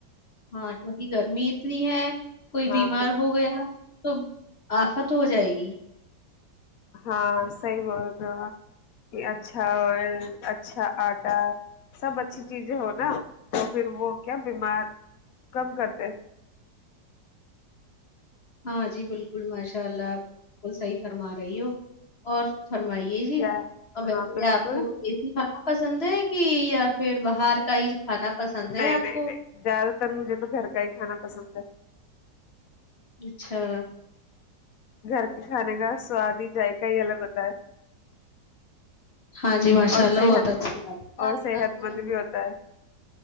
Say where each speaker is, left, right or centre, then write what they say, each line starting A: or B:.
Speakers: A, on the left; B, on the left.
A: ہاں کیونکہ گرمی اتنی ہے کوئی
B: ہاں
A: بیمار ہو گیا تو آف تو ہو جائے گی
B: ہاں صحیح بول رہے کہ اچھا آئل اچھا آٹا سب اچھی چیزیں ہو نا تو پھر وہ کیا بیمار کم کرتے
A: ہاں جی بالکل ماشاء اللہ آپ کو صحیح فرما رہی ہو اور فرمائیے جی
B: کیا
A: اورسے
B: ہاں بالکل
A: آپ کو اے سی کھانا پسند ہے کہ یا پھر باہر کا ہی کھانا پسند
B: نہیں
A: ہے آپ
B: نہیں
A: کو
B: نہیں زیادہ تر مجھے تو گھر کا ہی کھانا پسند ہے
A: اچھا
B: گھر کے کھانے کا سواد ہی جذائقہ ہی الگ ہوتا ہے
A: ہاں جی ماشاء
B: اور
A: اللہ
B: صحت
A: بہت اچھی بات
B: اور صحت
A: آپ کو
B: مند بھی ہوتا ہے